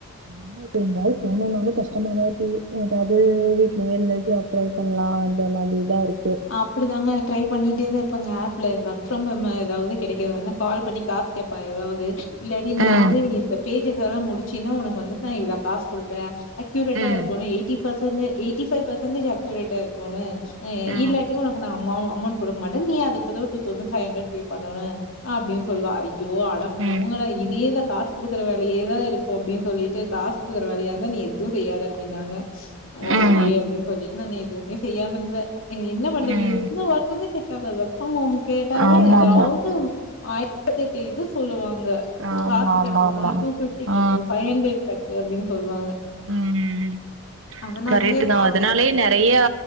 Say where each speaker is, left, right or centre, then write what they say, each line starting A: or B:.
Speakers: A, on the right (about 65°); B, on the left (about 70°).
A: டென் அவர் இப்ப எங்கயாது போனுனாலு கஷ்டமாதா இருக்கு ஏதாது வீட்லயே இருந்து ஜாப் ட்ரை பண்லா அந்த மாதிதா இருக்
B: அப் ப்டி தாங்க ட்ரை பண்ணிட்டே தா இருப்பேங்க ஆப்ல ஒர்க் ஃப்ரம் ஹோமு ஏதாவ்து கெடைக்குதான்தா கால் பண்ணி கா கேப்பே ஏதாவது இல்லாடி
A: சொல்லுங்க.
B: நீ வந்து இந்த பேஜஸ் எல்லா முடிச்சின்ன்னா உனக்கு வந்துட்டு நா இவ்ளோ காசு குடுப்பே அக்யூரேட்டா
A: ம்
B: இருக்கோணு எயிட்டி பெர்சன்டே எயிட்டி ஃபைவ் பெர்சன்டேஜ் அக்யூரேட்டா இருக்கோணு அ இல்லாட்டி
A: ம்
B: உனக் நா அமெள அமௌண்ட் குடுக்க மாட்டே நீ அதுக் பதிலா two thousand five hundred pay பண்ணனு அப்படின் சொல்லுவா ஐயோ அடப்போங்கடா
A: ம்
B: இதேதா காசு குடுக்குற வேலையேதா இருக்கு அப்படின் சொல்லிட்டு காசு குடுக்குற வேலையாந்தா நீ எதுவு செய்யாத அப்டின்னாங்க ஓகே
A: ம்
B: அப்டின் சொல்லிட்டு நான் எதுவுமே செய்யாம இருந்தே இனி என்ன பண்றது
A: ம்
B: எந்த
A: ம்
B: ஒர்க்குமே செட் ஆகாது ஒர்க் ஃப்ரம் ஹோம் கேட்டாவே
A: ஆமாமா
B: ஏதாது ஆயி ரத்து எட்டு இது சொல்லுவாங்க
A: ஆமாமாமா
B: காசு கட்டோணு டூ பிப்டி
A: ஆ
B: கட்டு ஃபைவ் ஹண்ட்ரட் கட்டு அப்டின்னு சொல்லுவாங்க
A: ம்ம்
B: அதனாலயே
A: கரெட்டு தா
B: பா
A: அதனாலயே நெ றையா